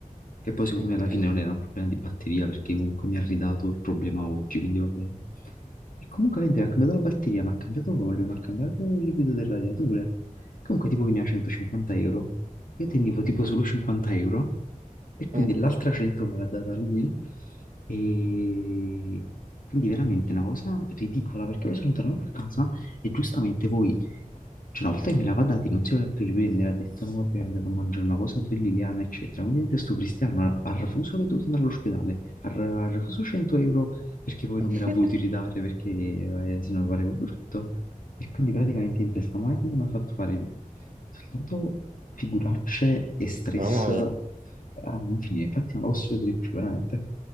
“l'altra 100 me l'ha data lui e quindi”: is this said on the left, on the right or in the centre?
Left